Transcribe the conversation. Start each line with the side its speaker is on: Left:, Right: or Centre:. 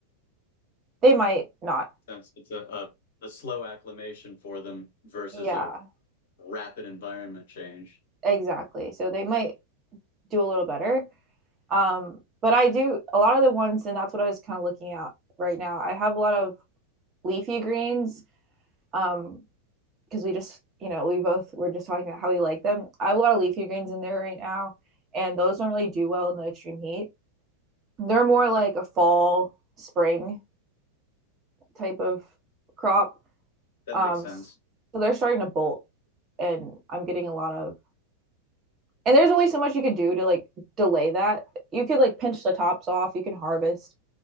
Right: they might not.
Left: That's it's a, a a slow acclimation for them versus
Right: Yeah,
Left: a rapid environment change.
Right: exactly. So they might do a little better. Um, but I do a lot of the ones, and that's what I was kind of looking at right now. I have a lot of leafy greens, um, because we just you know we both were just talking about how we like them. I have a lot of leafy greens in there right now, and those don't really do well in the extreme heat. They're more like a fall, spring type of crop.
Left: That
Right: Um,
Left: makes sense.
Right: so they're starting to bolt, and I'm getting a lot of. And there's only so much you could do to like delay that. You could like pinch the tops off. You can harvest